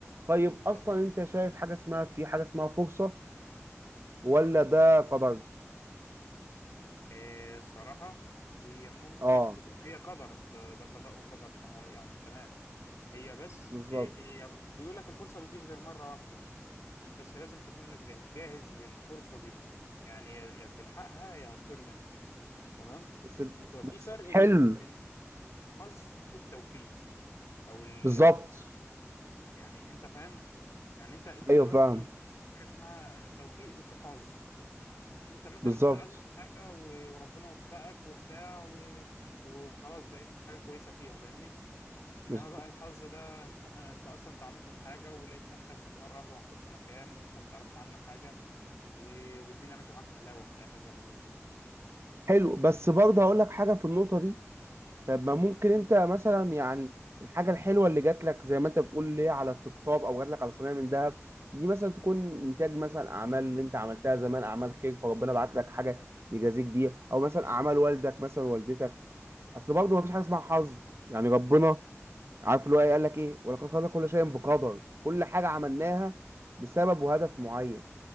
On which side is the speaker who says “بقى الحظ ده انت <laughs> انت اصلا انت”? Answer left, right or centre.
Left